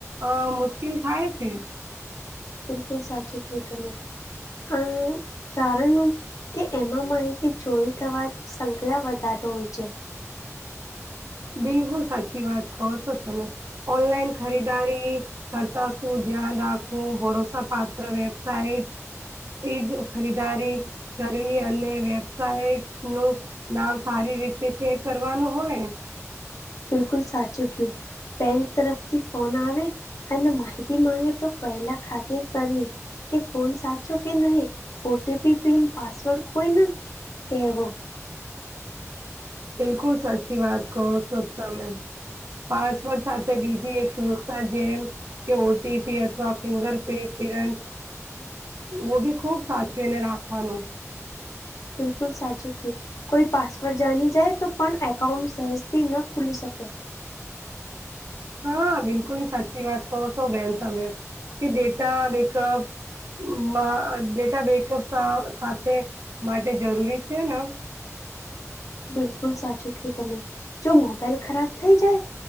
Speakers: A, on the right (about 65°); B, on the left (about 80°).
A: અ મુશ્કેલ થાય છે
B: બિલકુલ સાચુ કીધુ તમે અ કરણ કે એમાં માહિતી ચોરી થવાથી સંખલા વધારે હોય છે
A: બિલકુલ સાચી વાત કહો છો તમે ઓનલાઈન ખરીદારી કરતા શું ધ્યાન રાખવું ભરોસા પાત્ર વેબસાઇટ તેજ ખરીદારી કરવી અને વેબસાયટ નું નામ સારી રીતે છે કરવાનું હોય
B: બિલકુલ સાચું કીધુ બેંક તરફથી ફોન આવે અને માહિતી માગે તો પહેલાં ખાત્રી કરવી કે ફોન સાચો કે નહી ઓટીપી પિન પાસવર્ડ કોઈને કહેવો
A: બિલકુલ સાચી વાત કહો છો તમેં પાસવોર્ટ સાથે બીજી એક સુરક્ષા જેમ કે ઓ ટીપી અથવા ફિંગર પ્રિ પ્રિન્ટ ઓ બી ખુબ સાચવી ને રાખવાનું
B: બિલકુલ સાચું કીધું કોઈ પાસવર્ડ જાણી જાય તો પણ એકાઉન્ટ સહેજથી ન ખુલી શકે
A: હા બિલકુલ ની સાચી વાત કહો સો બેન તમે કે ડેટા બેકઅપ મા ડેટા બેકઅપ સ સાથે માટે જરૂરી છે ના
B: બિલકુલ સાચું કીધુ તમે, જો મોબાઈલ ખરાબ થઈ જાય